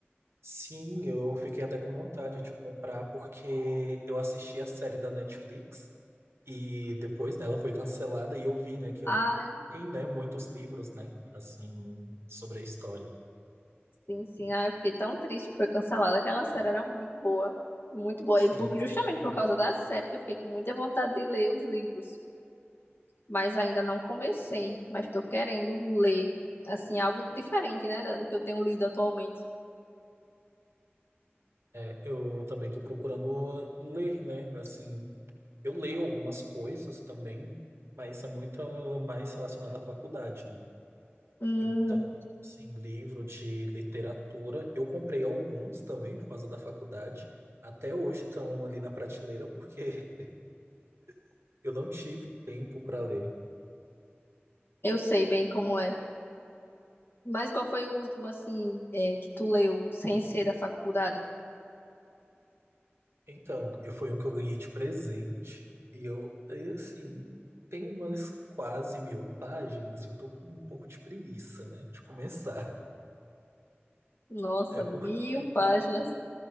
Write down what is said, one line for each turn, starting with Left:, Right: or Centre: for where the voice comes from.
Right: Sim, eu fiquei até com vontade de comprar porque eu assisti a série da Netflix. E depois, né, ela foi cancelada e eu vi, né, que
Left: Ah,
Right: tem, né, muitos livros, né, assim, sobre a história.
Left: sim, sim. Ah, eu fiquei tão triste que foi cancelada. Aquela série era muito boa, muito boa.
Right: Sim,
Left: E por- justamente por causa da série que eu fiquei com muita vontade de ler os livros. Mas ainda não comecei, mas estou querendo ler, assim, algo diferente, né, da- do que eu tenho lido atualmente.
Right: é, eu também estou procurando ler, né, assim, eu leio algumas coisas também, mas é muito mais relacionado à faculdade, né.
Left: Hum,
Right: Então, assim, livro de literatura, eu comprei alguns também por causa da faculdade. Até hoje estão ali na prateleira porque <laughs> eu não tive tempo para ler.
Left: eu sei bem como é. Mas qual foi o último, assim, é, que tu leu, sem ser da faculdade?
Right: Então, eu foi um que eu ganhei de presente. E eu, e assim, tem umas quase mil páginas e eu tô com um pouco de preguiça, né, de começar.
Left: Nossa,
Right: É
Left: mil
Right: porque,
Left: páginas.